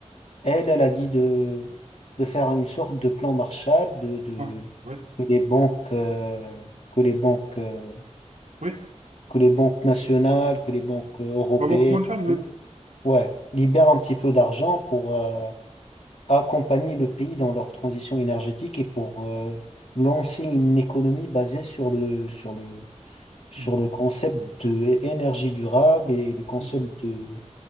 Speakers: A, on the left; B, on the right.
A: elle, elle a dit de, de faire une sorte de plan Marshall, de, de,
B: Ouais. Oui.
A: que les banques, euh, que les banques, euh,
B: Oui.
A: que les banques nationales, que les banques euh, européennes,
B: La Banque mondiale même.
A: tout, ouais, libèrent un petit peu d'argent pour euh, accompagner le pays dans leur transition énergétique et pour euh, lancer une économie basée sur le, sur le, sur
B: Mhm.
A: le concept de énergie durable et le concept
B: Mhm.
A: de,